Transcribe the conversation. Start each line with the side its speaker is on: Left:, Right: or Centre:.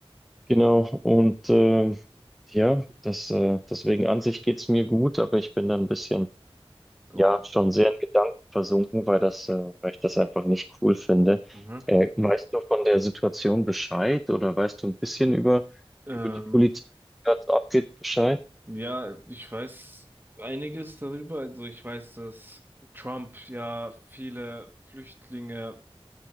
Centre: Genau, und äh, ja, das, äh, deswegen an sich geht's mir gut, aber ich bin da ein bisschen,
Right: Ja.
Centre: ja, schon sehr in Gedanken versunken, weil das, äh, weil ich das einfach nicht cool finde.
Right: Mhm.
Centre: Äh, weißt du von der Situation Bescheid oder weißt du ein bisschen über,
Right: Ähm,
Centre: über die Politik, die gerade so abgeht, Bescheid?
Right: ja, ich weiß einiges darüber. Also ich weiß, dass Trump ja viele Flüchtlinge